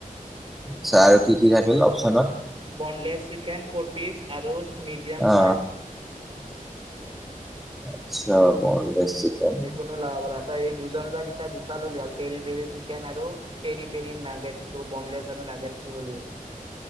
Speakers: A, in the centre; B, on the right.
A: আচ্ছা আৰু কি কি থাকিল অপচনত?
B: বনলেছ চিকেন ফ'ৰ পিছ আৰু মিডিয়াম
A: অ
B: ফ্ৰাইজ।
A: আচ্ছা। চিকেন
B: যিকোনো লাব পৰা ত এই দুজন য তিয়া দুটা ল'লে হ'ল পেৰি পেৰি চিকেন আৰু পেৰি পেৰি নাগেছ টো বনলেছ আৰু নাগে্টো দলিয়ে।